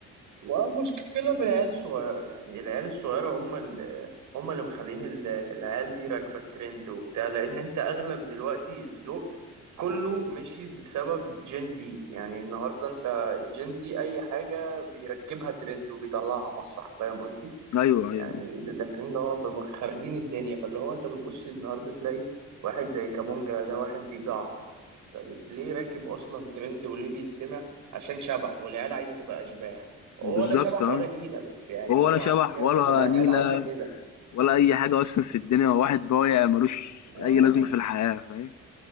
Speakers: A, on the right; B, on the left.
A: ومشكلة في العيال الصغيرة يعني العيال الصغيرة هم اللي هم اللي مخلين ال- العيال دي راكبة الترند وبتاع لأن أنت أغلب دلوقتي الذوق كله ماشي بسبب جين زي يعني النهاردة أنت جين زي أي حاجة بيركبها ترند وبيطلعها مسرح فاهم قصدي؟
B: أيوه،
A: يعني
B: أيوه.
A: ده داخلين اللي هو بيبقوا خاربين الدنيا فاللي هو انت بتبص النهارده تلاقي واحد زي كابونجا ده واحد بيجعر طيب ليه راكب اصلا ترند وليه بيتسمع عشان شبح والعيال عايزه تبقى اشباح هو
B: ما بالضبط
A: ولا شبح
B: آه.
A: ولا نيله بس يعني
B: هو
A: هو
B: ولا شبح
A: عامل فيها
B: ولا
A: شبح والعيال
B: نيلة
A: عايزه كده
B: ولا أي حاجة أصلًا في الدنيا، هو واحد ضايع مالوش
A: آه.
B: أي لازمة في الحياة فاهم،